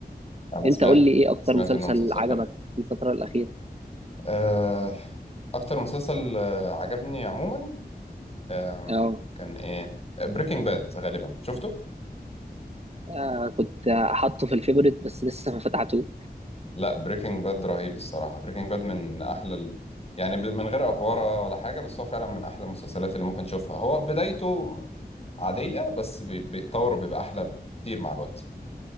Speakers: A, on the left; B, on the right.
A: انا
B: انت
A: سمعت
B: قول لي ايه اكتر
A: سمعت
B: مسلسل
A: انه مسلسل
B: عجبك
A: حلو
B: في الفتره الاخيره
A: آه اكتر مسلسل آه عجبني عموما آه
B: اه
A: كان ايه بريكنج باد غالبا شفته
B: آه، كنت احطه في الفيفوريت بس لسه ما فتحته
A: لا بريكنج باد رهيب الصراحة بريكنج باد من احلى ال... يعني ب- من غير افوارة ولا حاجة بس هو فعلا من احلى المسلسلات اللي ممكن تشوفها هو بدايته عادية بس بي- بيتطور وبيبقى احلى كتير مع الوقت